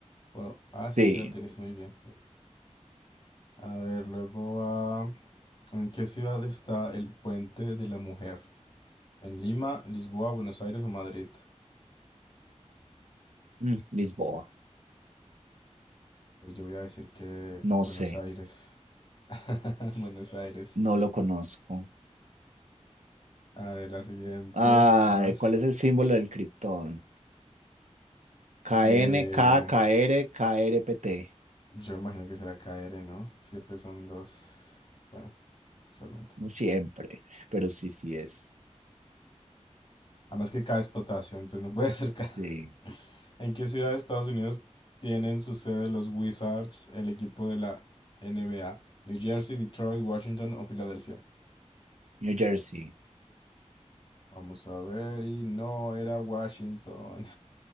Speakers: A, on the left; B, on the right.
A: Bueno, ah, sí,
B: Sí,
A: será tenis, muy bien. muy bien. A ver, luego va, ¿en qué ciudad está el Puente de la Mujer? ¿En Lima, Lisboa, Buenos Aires o Madrid?
B: mm, Lisboa.
A: Pero Yo voy a decir que
B: No
A: Buenos
B: sé,
A: Aires. <laughs> Buenos Aires, sí.
B: no lo conozco.
A: A ver, la siguiente.
B: Ay,
A: Vas.
B: ¿cuál es el símbolo del criptón? K
A: Eh,
B: N, K K R K R P T.
A: yo me imagino que será KR, ¿no? Siempre son dos. Bueno, solamente.
B: No siempre, pero sí, sí es.
A: Además que K es potasio, entonces no puede ser K. <laughs>
B: Sí.
A: ¿En qué ciudad de Estados Unidos tienen su sede los Wizards, el equipo de la NBA? ¿New Jersey, Detroit, Washington o Filadelfia?
B: New Jersey.
A: Vamos a ver. Y no era Washington.